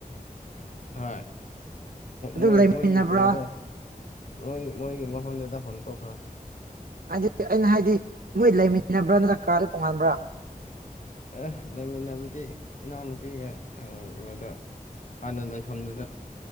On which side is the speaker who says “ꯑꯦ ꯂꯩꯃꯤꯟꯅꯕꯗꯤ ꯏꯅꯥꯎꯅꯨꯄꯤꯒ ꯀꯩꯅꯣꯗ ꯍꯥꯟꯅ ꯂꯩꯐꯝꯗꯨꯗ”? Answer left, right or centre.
Left